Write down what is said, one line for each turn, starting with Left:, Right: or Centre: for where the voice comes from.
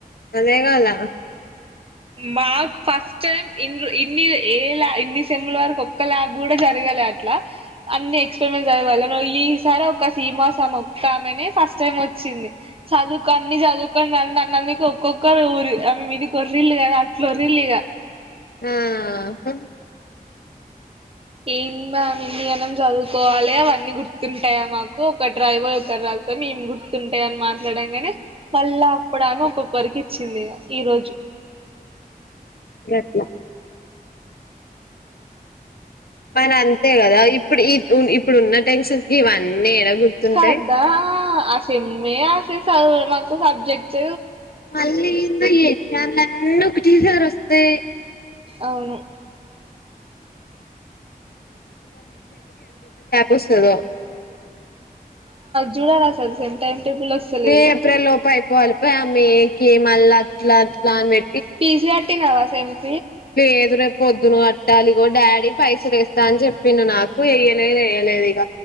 Left: గదే గోల
Right: మాకు ఫస్ట్ టైం ఇన్ని ఏ ఇన్ని సెమ్ ల వరకు ఒక్క ల్యాబ్ కూడా జరగాలే అట్ల అన్ని ఎక్స్పరిమెంట్స్ <unintelligible> ఈ సారి ఒక సీమాస్ అమె ఒక్కామనే ఫస్ట్ టైం వచ్చింది చదువుకో అన్ని సాదువుకొ అన్నట్ అన్నందుకి ఒక్కొక్కఊరు అమే విడి కోర్రిళ్ళు కదా అట్లా ఓర్రిళ్ళు ఇగ
Left: ఆ అం
Right: ఏం మ్యామ్ ఇన్ని ఏనం చదువుకోవాలి అవన్నీ గుర్తుంటాయా మాకు ఒక డ్రైవర్ ఒకరు రాత ఏం గుర్తుంటాయ అని మాట్లాడం కగానే మళ్ళా అప్పుడు ఆమె ఒక్కొక్కరికి ఇచ్చింది ఈ రోజు
Left: ఎట్ మరి అంతే కదా ఇప్పుడు ఈ ఇప్పుడు ఉన్న టెన్షన్స్ కి ఇవన్నీ ఏడ గుర్తుంటాయి
Right: కదా సెమ్ేస మాకు సబ్జెక్ట్
Left: మళ్ళీ ఏందుో ఈ ఎగ్జామ్లన్నీ టీచర్ వస్తే
Right: అవును
Left: వస్తతో
Right: జడాల స సేమ్ టైమ్ టేబుల్ వస్తలేదు
Left: ఏ ఏప్రిల్ లోప అయిపోవాలి పో ఆ మ ఏకి మళ్ళ పలా ప్లాన్ వ
Right: పిజ్జటీ నవా స
Left: ఏదురుే పొద్దును అట్టాలిగో డాడీ పైసలుస్తా అని చెప్పిను నాకు వయలేదు వేయ్యలేదు ఇగ